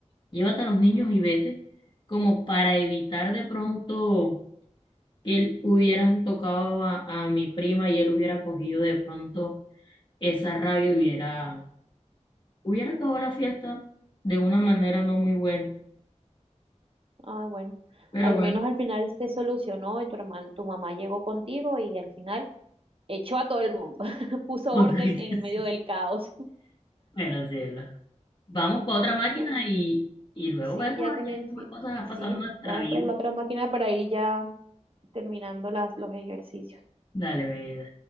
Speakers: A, on the left; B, on the right.
A: llévate a los niños y vete, como para evitar de pronto que él hubieran tocado a, a mi prima y él hubiera cogido de pronto esa rabia, y hubiera, hubiera acabado la fiesta de una manera no muy buena,
B: Ah, bueno,
A: pero
B: al
A: bueno,
B: menos al final se solucionó y tu hermano, tu mamá llegó contigo y al final echó a todo el mundo, <laughs>
A: <laughs>
B: puso
A: con
B: orden
A: que
B: en
A: sí,
B: medio del caos. <laughs>
A: bueno, sí, es lo Vamos para otra máquina
B: Bueno,
A: y, y luego
B: sí,
A: vemos
B: ya
A: ah,
B: tenés,
A: ya qué
B: sí,
A: más cosas han
B: sí,
A: pasado en nuestra
B: vamos
A: vida.
B: para la otra máquina para ir ya terminando las, los ejercicios.
A: Dale, mi vida.